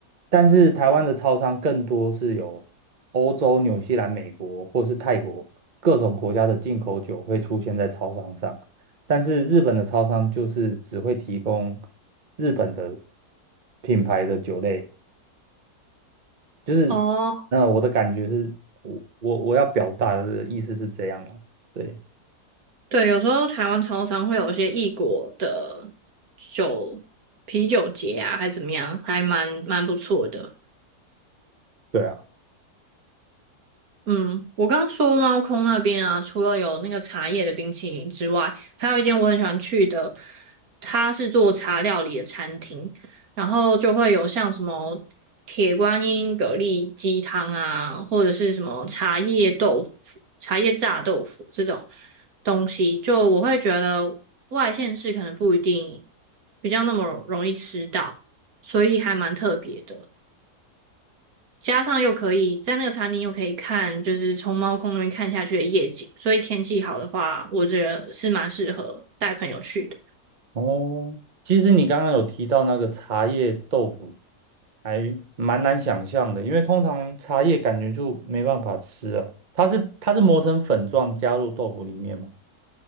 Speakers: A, on the right (about 40°); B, on the right (about 65°).
A: 但是台湾的超商更多是有欧洲、纽西兰、美国或是泰国各种国家的进口酒会出现在超商上，但是日本的超商就是只会提供日本的品牌的酒类。就是那我的感觉是，
B: 哦，
A: 我我我要表达的意思是这样啊，对
B: 对，有时候台湾超商会有一些异国的酒啤酒节啊，还怎么样，还蛮蛮不错的。
A: 对啊，
B: 嗯，我刚刚说猫空那边啊，除了有那个茶叶的冰淇淋之外，还有一间我很喜欢去的，它是做茶料理的餐厅，然后就会有像什么铁观音蛤蜊鸡汤啊，或者是什么茶叶豆腐、茶叶炸豆腐这种东西，就我会觉得外县市可能不一定比较那么容易吃到，所以还蛮特别的。加上又可以在那个餐厅又可以看，就是从猫空那边看下去的夜景，所以天气好的话，我觉得是蛮适合带朋友去的。
A: 哦，其实你刚刚有提到那个茶叶豆腐，还蛮难想象的，因为通常茶叶感觉就没办法吃啊，它是它是磨成粉状加入豆腐里面嘛，